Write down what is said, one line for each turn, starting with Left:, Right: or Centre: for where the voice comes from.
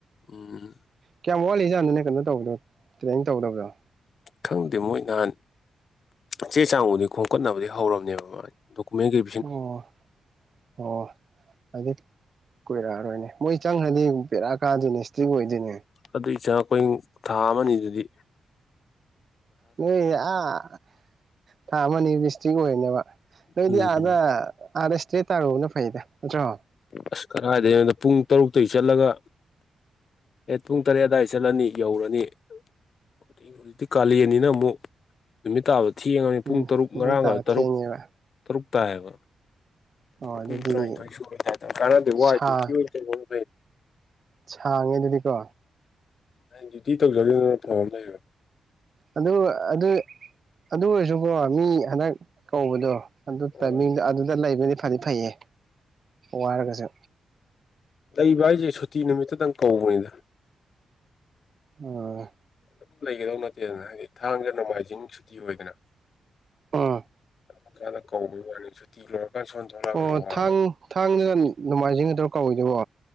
Left: ꯑꯣ
Right: ꯀꯌꯥꯝ ꯋꯥꯠꯂꯤꯖꯥꯠꯅꯅꯦ ꯀꯩꯅꯣ ꯇꯧꯕꯗꯣ ꯇ꯭ꯔꯦꯅꯤꯡ ꯇꯧꯗꯕꯗꯣ
Left: ꯈꯪꯗꯦ ꯃꯣꯏ ꯅꯍꯥꯟ ꯆꯦ ꯆꯥꯡꯃꯗꯤ ꯈꯣꯝꯀꯠꯅꯕꯗꯤ ꯍꯧꯔꯝꯅꯦꯕ ꯃꯥ ꯗꯣꯛꯀꯃꯦꯟꯒꯤ
Right: ꯑꯣ ꯑꯣ ꯑꯗꯨꯗꯤ ꯀꯣꯏꯔꯛꯑꯔꯣꯏꯅꯦ ꯃꯣꯏ ꯆꯪꯈ꯭ꯔꯗꯤ ꯄꯦꯔꯥ ꯀꯥꯗꯣꯏꯅꯦ ꯏꯁꯇ꯭ꯔꯤꯛ ꯑꯣꯏꯗꯣꯏꯅꯦ
Left: ꯑꯗꯨꯒꯤ ꯆꯥꯡ ꯑꯩꯈꯣꯏ ꯊꯥ ꯑꯃꯅꯤ ꯑꯗꯨꯗꯤ
Right: ꯅꯣꯏ ꯑꯥ ꯊꯥ ꯑꯃꯅꯤ ꯕꯤꯁꯇ꯭ꯔꯤꯛ ꯑꯣꯏꯅꯦꯕ ꯅꯣꯏꯗꯤ
Left: ꯎꯝ
Right: ꯑꯥꯗ ꯑꯥꯗ ꯏꯁꯇ꯭ꯔꯦꯠ ꯇꯥꯔꯨꯕꯅ ꯐꯩꯗ ꯅꯠꯇ꯭ꯔꯣ
Left: ꯑꯁ ꯀꯗꯥꯥꯏꯗꯒꯤꯣꯗ ꯄꯨꯡ ꯇꯔꯨꯛꯇꯒꯤ ꯆꯠꯂꯒ ꯑꯩꯠ ꯄꯨꯡ ꯇꯔꯦꯠ ꯑꯗꯨꯋꯥꯏꯗ ꯆꯠꯂꯅꯤ ꯌꯧꯔꯅꯤ ꯍꯧ ꯍꯧꯖꯤꯛꯇꯤ ꯀꯥꯂꯦꯟꯅꯤꯅ ꯑꯃꯨꯛ ꯅꯨꯃꯤꯠ ꯇꯥꯕ ꯊꯦꯡꯉꯅꯤ
Right: ꯎꯝ
Left: ꯄꯨꯡ ꯇꯔꯨꯛ ꯉꯔꯥꯡꯒ
Right: ꯅꯣꯏ ꯇꯥꯕ
Left: ꯇꯔꯨꯛ
Right: ꯊꯦꯡꯉꯦꯕ
Left: ꯇꯔꯨꯛ ꯇꯥꯏꯌꯦꯕ
Right: ꯑꯣ ꯑꯗꯨꯗꯤ
Left: ꯄꯨꯡ ꯇꯔꯥꯅꯤꯊꯣꯏ ꯁꯨꯔ ꯀꯥꯟꯅꯗꯤ
Right: ꯁꯥ
Left: ꯋꯥꯏ ꯀ ꯀꯅꯣ
Right: ꯁꯥꯡꯉꯦ ꯑꯗꯨꯗꯤꯀꯣ
Left: ꯗꯗꯨꯗꯤꯇꯤ ꯇꯧꯖꯒꯦꯗꯅ ꯊꯧꯔꯝꯗꯣꯏꯕ
Right: ꯑꯗꯨ ꯑꯗꯨ ꯑꯗꯨ ꯑꯣꯏꯔꯁꯨꯀꯣ ꯃꯤ ꯍꯟꯗꯛ ꯀꯧꯕꯗꯣ ꯑꯗꯨ
Left: ꯂꯩꯌꯦꯕ
Right: ꯇꯥꯏꯃꯤꯡꯗ ꯑꯗꯨꯗ ꯂꯩꯕꯗꯤ ꯐꯗꯤ ꯐꯩꯌꯦ ꯋꯥꯔꯒꯁꯨ
Left: ꯂꯩꯕ ꯍꯥꯏꯁꯦ ꯁꯨꯇꯤ ꯅꯨꯃꯤꯠꯇꯗꯪ ꯀꯧꯕꯅꯤꯗ
Right: ꯑꯣꯝ
Left: ꯑꯗꯨꯝ ꯂꯩꯒꯗꯧ ꯅꯠꯇꯦꯗꯅ ꯍꯥꯏꯗꯤ ꯊꯥꯡꯖ ꯅꯣꯡꯃꯥꯏꯖꯤꯡ ꯁꯨꯇꯤ ꯑꯣꯏꯗꯅ
Right: ꯎꯝ
Left: <unintelligible> ꯀꯧꯕꯩ ꯋꯥꯅꯤꯁꯨꯇꯤ ꯂꯣꯏꯔꯀꯥꯟ ꯁꯣꯟ ꯊꯣꯛꯂꯛꯑꯒꯅ
Right: ꯑꯣ
Left: ꯋꯥꯕ
Right: ꯊꯥꯡ ꯊꯥꯡꯖꯒ ꯅꯣꯡꯃꯥꯏꯖꯤꯡꯒ ꯗꯔꫭ ꯀꯧꯔꯤꯖꯤꯕꯣ